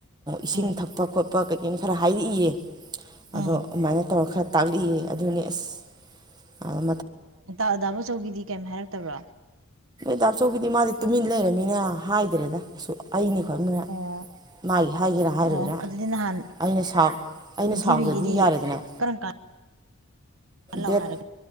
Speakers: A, on the right; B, on the right.
A: ꯎꯝ
B: ꯏꯁꯤꯡ ꯊꯛꯄ ꯈꯣꯠꯄ ꯄꯛ ꯀꯩꯒꯤꯅꯤ ꯈꯔ ꯍꯥꯏꯔꯛꯏꯌꯦ
A: ꯎꯝ
B: ꯑꯗꯣ ꯑꯗꯨꯃꯥꯏꯅ ꯇꯧꯔ ꯈꯔ ꯇꯥꯛꯂꯤꯑ ꯑꯗꯨꯅꯤ ꯑꯁ ꯑ
A: ꯑ ꯑꯗꯥꯕꯆꯧꯒꯤꯗꯤ ꯀꯩꯝ ꯍꯥꯏꯔꯛꯇꯕ꯭ꯔꯣ
B: ꯗ ꯑꯆꯧꯒꯤꯗꯤ ꯃꯥꯗꯤ ꯇꯨꯃꯤꯟ ꯂꯩꯔꯅꯤꯅ ꯍꯥꯏꯗ꯭ꯔꯦꯗ ꯑꯩꯅꯤ ꯑꯩꯣꯏ ꯃꯅ
A: ꯑꯣ
B: ꯃꯥꯒꯤ ꯍꯥꯏꯒꯦꯔꯥ ꯍꯥꯏꯔꯣꯏꯔꯥ
A: ꯑꯣ ꯑꯗꯨꯗꯤ ꯅꯍꯥꯟ
B: ꯑꯩꯅ ꯁꯥꯎ ꯑꯩꯅ
A: ꯅꯤꯡꯊꯤꯕꯤꯒꯤꯗꯤ
B: ꯁꯥꯎꯗꯗꯤ ꯌꯥꯔꯦꯗꯅ
A: ꯀꯔꯝ ꯀꯥꯟꯗ ꯂꯥꯛꯑꯣ
B: ꯗꯦꯠ
A: ꯍꯥꯏꯔꯛ